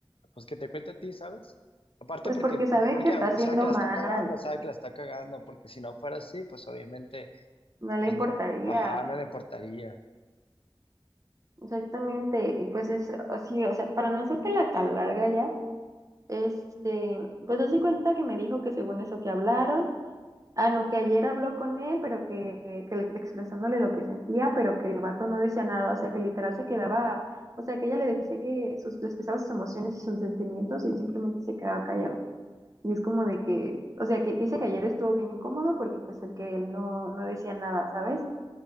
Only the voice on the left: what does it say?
pues que te cuente a ti, ¿sabes? Aparte
porque,
porque
sabe que la
está cagando, sabe que la está cagando, porque si no fuera así, pues obviamente,
pues
no, ajá, no le importaría.